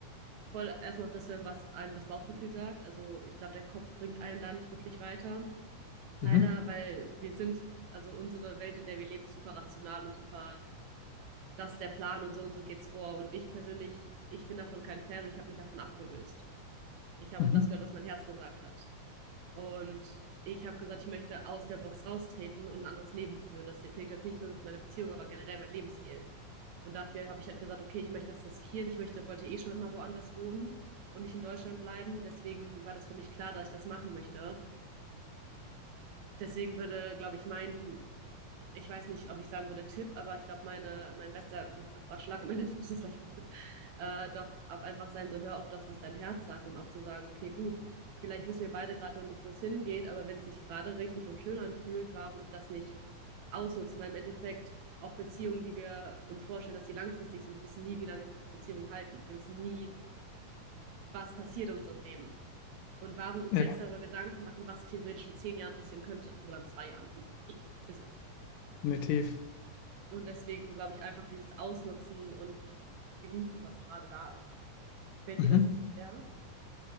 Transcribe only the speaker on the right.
voll erstmal auf das hören, was einem das Bauchgefühl sagt. Also ich glaube, der Kopf bringt einen da nicht wirklich weiter. Leider,
weil wir sind, also unsere Welt, in der wir leben, ist super rational und super, das ist der Plan und so und so geht's vor. Und ich persönlich, ich bin davon kein Fan und ich habe mich davon abgelöst. Ich habe
auf das gehört, was mein Herz gesagt hat. Und ich habe gesagt, ich möchte aus der Box raustreten und ein anderes Leben führen. Das fehlt jetzt nicht nur meine Beziehung, aber generell mein Lebensstil. Und dafür habe ich halt gesagt, okay, ich möchte das riskieren. Ich möchte, wollte eh schon immer woanders wohnen und nicht in Deutschland bleiben. Deswegen war das für mich klar, dass ich das machen möchte. Deswegen würde, glaube ich, mein ich weiß nicht, ob ich sagen würde Tipp, aber ich glaube, meine, mein bester, ja, doch Ratschlag am Ende <laughs> ist das gleich wie Tipp, äh, doch auch einfach sein, so hör auf das, was dein Herz sagt und auch zu sagen, okay, gut, vielleicht wissen wir beide gerade noch nicht, wo es hingeht, aber wenn es sich gerade richtig und schön anfühlt, warum das nicht ausnutzen? Weil im Endeffekt auch Beziehungen, die wir uns vorstellen, dass die langfristig sind, wir wissen nie, wie lange Beziehungen halten. Wir wissen nie, was passiert in unserem Leben. Und warum uns
jetzt darüber Gedanken machen, was theoretisch in zehn Jahren passieren könnte oder in zwei Jahren. Wissen wir nicht.
Und deswegen glaube ich einfach dieses Ausnutzen und genießen, was gerade da ist. Fällt
dir das schwer?